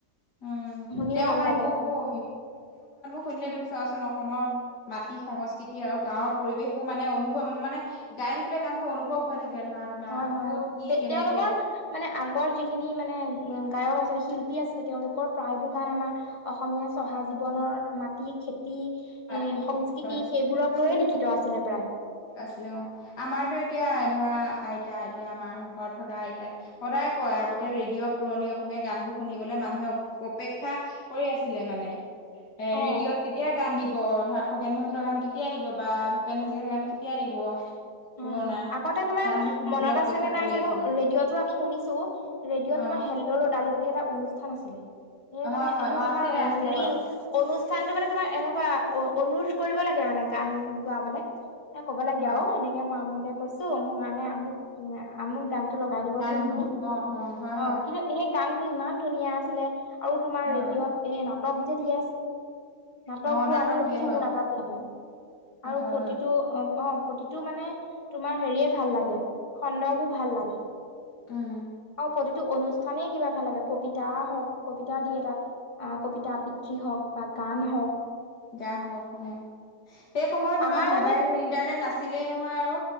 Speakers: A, on the left; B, on the left.
A: উম,
B: শুনিও
A: <unintelligible> তেওঁৰ
B: ভাল
A: গান
B: লাগে
A: বোৰ শুনিলে তুমি চোৱাচোন অসমৰ মাটি সংস্কৃতি আৰু গাঁৱৰ পৰিবেশ বোৰ মানে অনুভৱ মান মানে গাই থাকিলে গান টো অনুভৱ হৈ থাকে। ধৰা তোমাৰ
B: হয়, হয়
A: ক'ত কি কেনেকে
B: তেওঁলোকৰ মানে আগৰ যিখিনি মানে গায়ক আছে শিল্পী। ম, আছিলে তেওঁলোকৰ প্ৰায়বোৰ গান আমাৰ অসমীয়া চহা জীৱনৰ মাটি খেতি। টি,
A: মাটি
B: সংস্কৃতি
A: খেতি হয়
B: সেইবোৰক লৈয়ে লিখিত আছিলে প্ৰায়।
A: আছিলে অ আমাৰতো এতিয়া ধৰা। আইতা আইতা আমাৰ ঘৰত থকা আইতা সদায় কয় আগতে ৰেডিঅ' পুৰণি অসমীয়া গান বোৰ শুনিবলৈ। মানুহে অপেক্ষা কৰি আছিলে মানে। এ, ৰেডিঅত
B: অ
A: কেতিয়া গান দিব ধৰা খগেন মহন্তৰ গান কেতিয়া দিব। বা ভূপেন হাজৰিকা গান কেতিয়া দিব।
B: হয়
A: পুৰণা
B: হয় আগতে তোমাৰ
A: গানবোৰ শুনিবলৈ
B: মনত
A: অপেক্ষা
B: আছে নে নাই
A: কৰি
B: জানো
A: আছিলে
B: ৰেডিঅ'টো আমি শুনিছো ৰেডিঅ'
A: অ
B: তোমাৰ। হেল্ল, ৰ'দালি বুলি এটা অনুষ্ঠান আছিলে। এই, মানে
A: হয় হয়
B: এইটো
A: অ
B: তোমাৰ
A: আছিলে আছিলে
B: হেৰি
A: হয়
B: অনুষ্ঠানতটো মানে তোমাৰ এনেকুৱা অ, অ অনুৰোধ কৰিব লাগে মানে গান গাবলে এ ক'ব লাগে
A: হয়
B: আৰু এনেকে মই আমোকে কৈছো মোৰ কাৰণে আমুক, আমুক গান, গানটো। টো, লগাই দিবচোন
A: গানটো
B: বুলি
A: অ হয়
B: অ,
A: হয়
B: কিন্তু সেই গান বোৰ ইমান ধুনীয়া আছিলে। আৰু তোমাৰ
A: হয়
B: ৰেডি'অত এই নাটক যে দিয়ে আছে। নাটক
A: অ
B: বোৰ আমি ৰখি
A: দিয়ে
B: থাকো
A: হয়
B: নাটক দিয়ালে আৰু
A: হয়
B: প্ৰতিটো।
A: হয়
B: অ, প্ৰতিটো মানে তোমাৰ হেৰিয়ে ভাল লাগে। খণ্ডটো ভাল লাগে
A: উম
B: আৰু প্ৰতিটো অনুষ্ঠান। সানে কিবা ভাল লাগে কবিতা হওঁক কবিতা দিয়ে তাত কবিতা আবৃত্তি হওঁক বা গান হওঁক।
A: গান হওক অ, সেই সময়ত তোমাৰ
B: আমাৰ
A: মোবাইল
B: মানে
A: ইণ্টাৰনেট নাছিলেই নহয় আৰু।